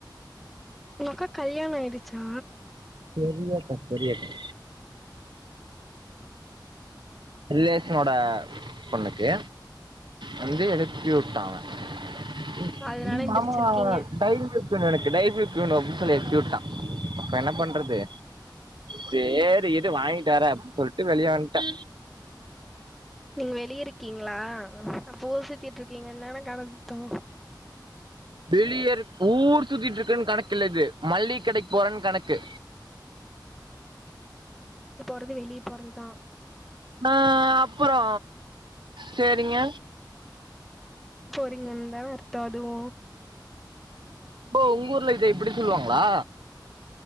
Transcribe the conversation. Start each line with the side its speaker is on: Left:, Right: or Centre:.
Centre: உங்க அக்கா கல்யாணோ ஆயிடிச்சா
Right: பெரிய அக்கா பெரிய அக்கா இல்லேஸ் ன்னோட பொண்ணுக்கு வந்து எழுப்பியு டா அவே
Centre: அதனால
Right: நீ
Centre: எந்திரிச்சிருக்கீங்க
Right: மாமா ஆவர டைம் த்துனு எனக்கு டைமில்க் வேணு த்து எக்யூட்டா அப்ப என்ன பண்றது சே த் இரு வாங்கிட்டுவரே அப்பிடின்னு சொல்ட்டு வெளிய வந்ட்டே
Centre: நீங்க வெளியிருக்கீங்களா அப்ப ஊர் சுத்திட்டுருக்கீங்கதான கணத்தோ
Right: பெளியருக் ஊர் சுத்திட்டு இருக்குன்னு கணக்கு இல்ல இது மல்லிகடைக்கு போறே கணக்கு
Centre: ட்றது வெளிய போறதுதா
Right: ஆ அப்புறோ சேரிங்க
Centre: பிங்கனுதான அர்த்தோ அதுவு
Right: போ உங்கூர்ல இதே இப்பிடி சொல்லுவாங்களா